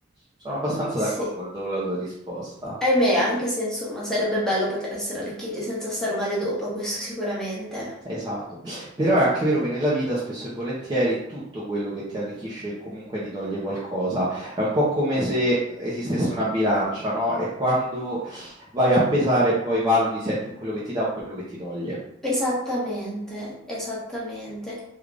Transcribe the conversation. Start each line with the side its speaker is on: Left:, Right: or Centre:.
Right: sono abbastanza
Centre: sì.
Right: d'accordo con la tua risposta.
Centre: Ahimè, anche se insomma sarebbe bello poter essere arricchiti senza star male dopo, questo sicuramente.
Right: Esatto, però è anche vero che nella vita spesso e volentieri tutto quello che ti arricchisce comunque ti toglie qualcosa. È un po' come se esistesse una bilancia, no? E quando vai a pesare poi valuti se è più quello che ti dà o quello che ti toglie.
Centre: Esattamente, esattamente.